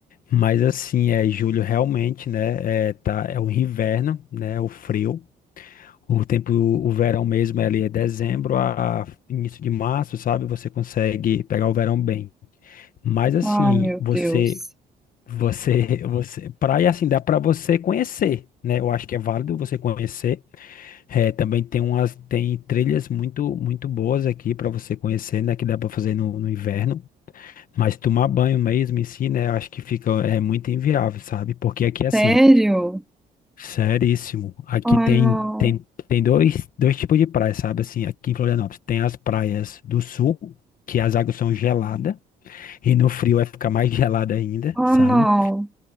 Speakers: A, on the left; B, in the centre.
A: mas assim, é julho realmente, né? É, tá, é o inverno, né? O frio. O tempo, o verão mesmo é ali é dezembro a início de março, sabe? Você consegue pegar o verão bem. Mas assim,
B: Ai, meu
A: você,
B: Deus.
A: você, <laughs> você, praia assim, dá pra você conhecer, né? Eu acho que é válido você conhecer. É, também tem umas, tem trilhas muito, muito boas aqui para você conhecer, né? Que dá para fazer no, no inverno. Mas tomar banho mesmo em si, né? Acho que fica é muito inviável, sabe? Porque aqui é assim,
B: Sério?
A: seríssimo. Aqui
B: Ah,
A: tem
B: não.
A: tem, tem dois, dois tipos de praia, sabe? Assim, aqui em Florianópolis tem as praias do sul, que as águas são geladas e no frio vai ficar mais <laughs> gelada ainda,
B: Ah,
A: sabe?
B: não.